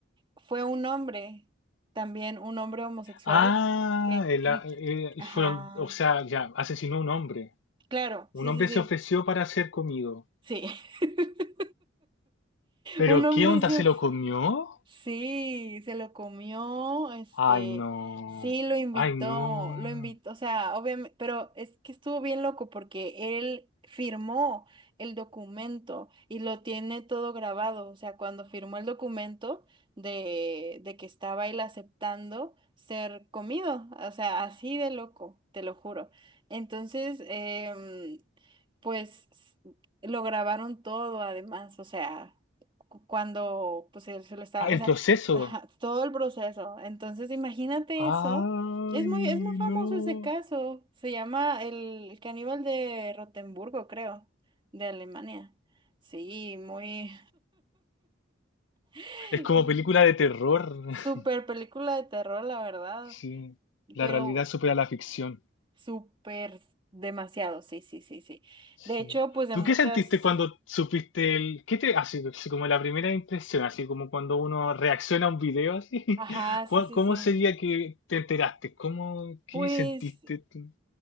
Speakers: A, on the right; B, on the left.
A: fue un hombre, también un hombre homosexual,
B: ah,
A: que,
B: el
A: que
B: a-
A: el-
B: eh,
A: ajá,
B: fueron, o sea, ya, asesinó a un hombre.
A: claro,
B: Un
A: sí,
B: hombre
A: sí,
B: se ofreció para ser comido.
A: sí, sí. <laughs>
B: Pero,
A: Un hombre
B: ¿qué onda?
A: se
B: ¿Se lo comió?
A: Sí, se lo comió, este,
B: Ay, no.
A: sí, lo invitó,
B: Ay, no.
A: lo invitó, o sea, obviamente, pero es que estuvo bien loco porque él firmó el documento y lo tiene todo grabado, o sea, cuando firmó el documento de, de que estaba él aceptando ser comido, o sea, así de loco, te lo juro. Entonces, em, pues s- lo grabaron todo además, o sea cu- cuando pues él se lo está,
B: Ah, el
A: o sea,
B: proceso.
A: ajá, todo el proceso. Entonces, imagínate
B: Ay,
A: eso. Es muy, es muy famoso
B: no.
A: ese caso. Se llama el caníbal de Rotemburgo, creo, de Alemania. Sí, muy <laughs>
B: Es como
A: mm,
B: película de terror. <laughs>
A: super película de terror, la verdad.
B: Sí. La
A: Pero
B: realidad supera la ficción.
A: súper demasiado, sí, sí, sí, sí.
B: Sí.
A: De hecho, pues de
B: ¿Tú
A: muchas.
B: qué sentiste cuando supiste el... ¿Qué te... Así, así como la primera impresión, así como cuando uno reacciona a un video, así.
A: Ajá,
B: <laughs> ¿Cuál-
A: sí, sí,
B: ¿Cómo
A: sí.
B: sería que te enteraste? ¿Cómo... ¿Qué
A: Pues
B: sentiste tú?